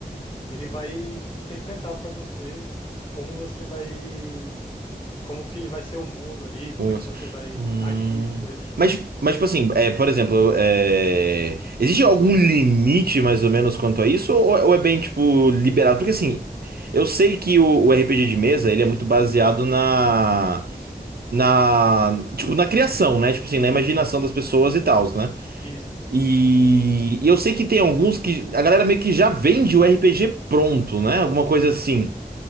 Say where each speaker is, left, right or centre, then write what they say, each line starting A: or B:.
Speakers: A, on the left; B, on the right.
A: e ele vai interpretar pra você como você vai, como que vai ser o mundo ali, como
B: Ou
A: é que
B: assim,
A: você vai
B: hum.
A: agir, coisa.
B: Mas, mas, tipo assim, é, por exemplo, é, existe algum limite mais ou menos quanto a isso? Ou, ou é bem, tipo, liberado? Porque, assim, eu sei que o, o RPG de mesa, ele é muito baseado na, na, tipo, na criação, né? Tipo assim, na imaginação das pessoas e tals, né?
A: Isso, isso.
B: E, e eu sei que tem alguns que a galera meio que já vende o RPG pronto, né? Alguma coisa assim.